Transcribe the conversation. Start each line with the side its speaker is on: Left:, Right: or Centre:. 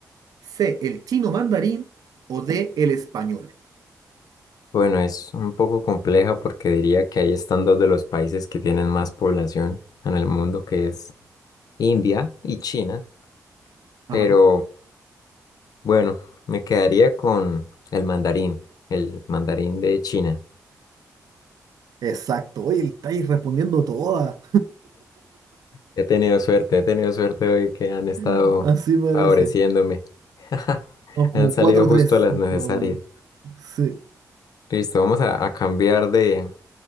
Right: C, el chino mandarín o D, el español.
Left: bueno, es un poco compleja porque diría que ahí están dos de los países que tienen más población en el mundo, que es India y China, pero
Right: Ajá.
Left: bueno, me quedaría con el mandarín, el mandarín de China.
Right: Exacto. Oye, estáis respondiendo todas.
Left: He tenido suerte, he tenido suerte hoy que han estado
Right: <laughs> Así parece.
Left: favoreciéndome. <laughs>
Right: Vamos
Left: Han
Right: como
Left: salido
Right: 4
Left: justo
Right: tres
Left: las
Right: más
Left: necesarias.
Right: o menos. Sí.
Left: Listo, vamos a, a cambiar de,